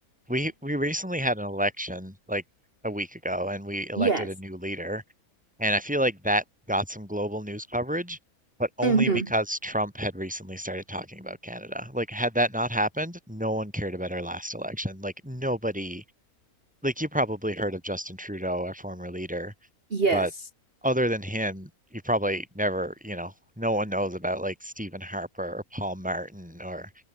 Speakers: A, in the centre; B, on the right (about 40°).
A: we we recently had an election like a week ago and we elected
B: Yes.
A: a new leader, and I feel like that got some global news coverage, but only
B: hmm
A: because Trump had recently started talking about Canada. Like had that not happened, no one cared about our last election. Like nobody like you probably heard of Justin Trudeau, our former leader,
B: Yes.
A: but other than him, you probably never, you know, no one knows about like Stephen Harper or Paul Martin or